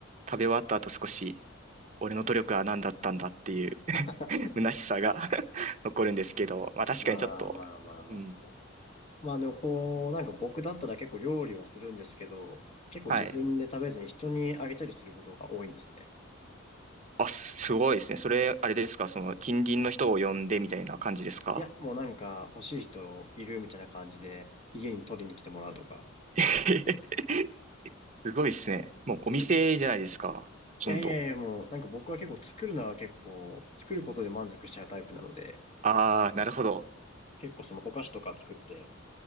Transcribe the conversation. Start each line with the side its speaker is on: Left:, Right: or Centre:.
Right: 食べ終わった後少し俺の努力は何だったんだっていう
Left: <laughs>
Right: 虚しさが <laughs> 残るんですけど、まあ確かにちょっと、
Left: まあまあまあまあ。
Right: うん、
Left: まあでもこう、なんか僕だったら結構料理はするんですけど、結構自分で食べずに人にあげたりすることが多いんですね。
Right: はい。あ、すごいですね。それ、あれですか、その近隣の人を呼んでみたいな感じですか
Left: いや、もうなんか欲しい人いるみたいな感じで家に取りに来てもらうとか。
Right: <laughs> すごいですね。もうお店じゃないですか、
Left: じ
Right: ほとんど。
Left: いやいやいや、もうなんか僕は結構作るのは結構、作ることで満足しちゃうタイプなので、
Right: ああ、なるほど。
Left: 結構そのお菓子とか作って、